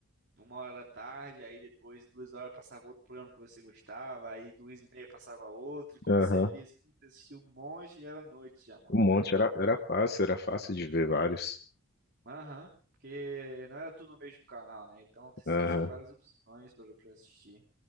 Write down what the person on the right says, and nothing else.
uma hora da tarde, aí depois duas horas passava outro programa que você gostava, aí duas e meia passava outro, e quando
você via assim, você assistia um monte, já era noite já, mano.
Porra, mó
bom.
Aham. Porque não era tudo no mesmo canal, né? Então você
tinha várias opções pra, pra assistir.